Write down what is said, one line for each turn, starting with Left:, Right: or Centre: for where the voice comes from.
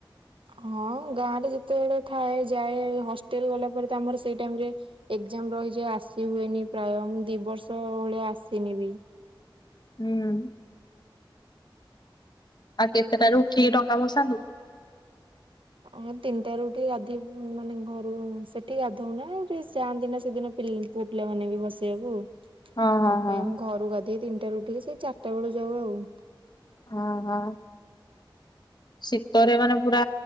Right: ହଁ ଗାଁ ରେ ଯେତେବେଳେ ଥାଏ ଯାଏ। ହଷ୍ଟେଲ ଗଲା ପରେ ତ ଆମର ସେଇ ଟାଇମରେ ଏଜାମ ରହିଛି ଆସି ହୁଏନି ପ୍ରାୟ ମୁ ଦି ବର୍ଷ ଭଳିଆ ଆସିନି ବି।
Left: ହୁଁ। ଆଉ କେତେଟା ରୁ ଉଠିକି ଡଙ୍ଗା ଭସାନ୍ତି?
Right: ହଁ ତିନିଟା ରୁ ଉଠି ଗାଧୋଇ ମାନେ ଘରୁ ସେଠି ଗାଧଉ ନା ଯାଆନ୍ତି ନା ସେଦିନ ପିଲି ପୁଅ ପିଲାମାନେ ବି ବସେଇବାକୁ।
Left: ହଁ ହଁ
Right: ସେଥିପାଇଁ
Left: ହଁ
Right: ମୁଁ ଘରୁକୁ ଗାଧେଇ ତିନିଟାରେ ଉଠିକି ସେଇ ଚାରିଟା ବେଳ ଯାଉ ଆଉ।
Left: ଓ ହଁ। ଶୀତରେ ମାନେ ପୁରା